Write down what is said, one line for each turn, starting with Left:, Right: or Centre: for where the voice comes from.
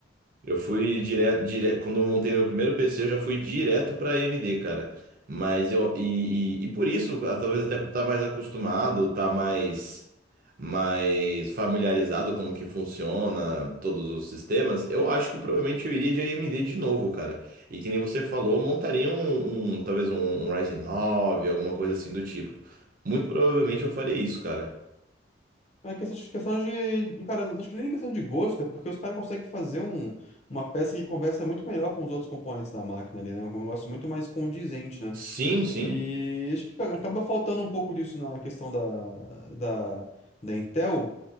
Right: Eu fui direto, direto, quando eu montei meu primeiro PC, eu já fui direto pra AMD, cara. Mas eu e, e, e por isso, ah, talvez até por estar mais acostumado, estar mais mais familiarizado como que funciona todos os sistemas, eu acho que provavelmente eu iria de AMD de novo, cara. E que nem você falou, eu montaria um, um- talvez um, um Ryzen nove, alguma coisa assim do tipo. Muito provavelmente eu faria isso, cara.
Left: É questão de, questão de. Cara, acho que nem questão de gosto, é porque os caras conseguem fazer um, uma peça que conversa muito melhor com os outros componentes da máquina ali, né? É Um negócio muito mais condizente, né?
Right: Sim, sim.
Left: E acho que acaba faltando um pouco disso na questão da, da, da Intel,